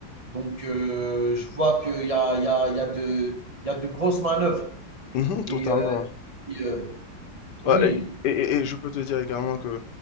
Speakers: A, on the right; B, on the left.
A: Donc, euh, je vois qu'il y a, il y a, il y a de, il y a de grosses manœuvres.
B: mhm,
A: Et,
B: totalement.
A: euh, et, euh, oui,
B: Ouais, et, et- et- et je peux te dire également que